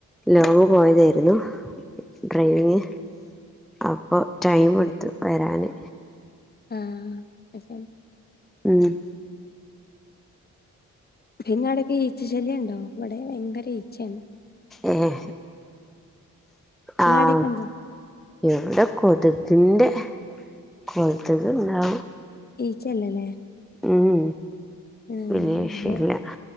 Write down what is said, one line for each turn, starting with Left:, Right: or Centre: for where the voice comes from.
Centre: ലോങ്ങ് പോയതായിര്ന്നു. ഡ്രൈവിങ് അപ്പൊ ടൈം എട്ത്ത് വരാന്
Left: ആഹ് <unintelligible>
Centre: മ്ഹ്
Left: പിന്നെ ആടേക്ക ഈച്ച ശല്യണ്ടോ ഇവിടെ ഭയങ്കര ഈച്ചേണ്
Centre: ഏഹ്
Left: നിങ്ങളടൊക്കെ
Centre: ആഹ്
Left: ഉണ്ടോ
Centre: ഇവിട കൊതുകിന്റെ കൊതുക്ണ്ടാ
Left: ഈച്ച അല്ലല്ലേ?
Centre: മ്ഹ്
Left: ആഹ്
Centre: <unintelligible>